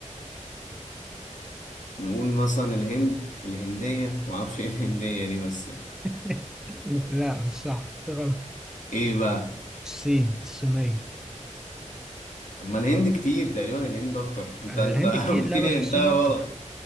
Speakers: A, on the left (about 75°); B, in the centre.
A: نقول مثلا الهند الهندية ما اعرفش ايه الهندية دي بس
B: <laughs> لا مش صح غلط
A: ايه بقى
B: الصين الصينية
A: طب ما الهند كتير تقريبا الهند اكتر انت
B: الهند
A: انت
B: كتير
A: <laughs> قلت
B: لا
A: لي
B: بس الصين
A: انت غلط
B: اكتر